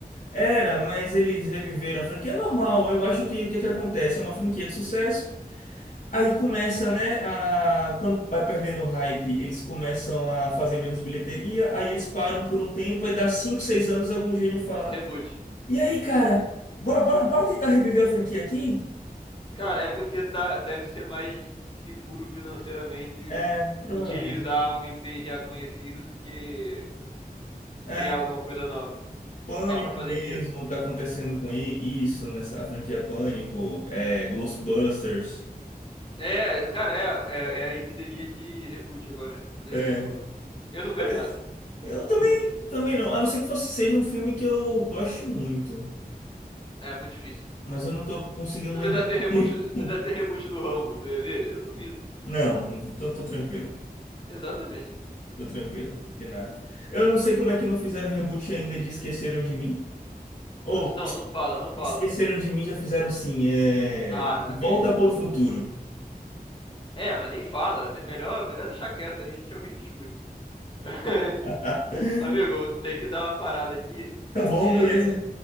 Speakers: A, on the left (about 55°); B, on the left (about 30°).
A: era, mas eles reviveram a franquia. É normal, eu acho que o que que acontece? É uma franquia de sucesso. Aí começa, né, a... quando vai perdendo o hype, eles começam a fazer menos bilheteria, aí eles param por um tempo, aí dá 5, 6 anos, algum gênio fala,
B: Reboot.
A: e aí, cara, bora, bora, bora tentar reviver a franquia aqui?
B: Cara, é porque dá- deve ser mais seguro financeiramente
A: É, provavelmente.
B: utilizar um IP já conhecido do que
A: É,
B: criar alguma coisa nova.
A: Pânico
B: Só pra fazer
A: mesmo,
B: dinheiro.
A: tá acontecendo com i- isso, nessa a franquia Pânico, é, Ghostbusters.
B: É, cara, é, é, é a epidemia de reboot agora. Coisa
A: É,
B: ridícula. Eu não vejo
A: parece-
B: nada.
A: eu também, também não, a não ser que fosse, seja um filme que eu goste muito,
B: É muito difícil.
A: mas eu não tô conseguindo
B: Se
A: lembrar.
B: fizesse reboot,
A: <laughs>
B: se fizesse reboot do Rambo, tu ia ver? Eu duvido.
A: Não, não- tô, tô tranquilo.
B: Exatamente.
A: Tô tranquilo, de nada. Eu não sei como é que não fizeram reboot ainda de Esqueceram de Mim. Ou
B: Putz, não, não fala, não fala.
A: Esqueceram de Mim já fizeram sim. É...
B: Ah, não
A: Volta
B: acredito.
A: por Futuro.
B: É, mas nem fala. né? Melhor, melhor deixar quieto aí antes que alguém te escute. <laughs>
A: <laughs>
B: Amigo, tem que dar uma parada aqui.
A: Tá bom,
B: É,
A: beleza.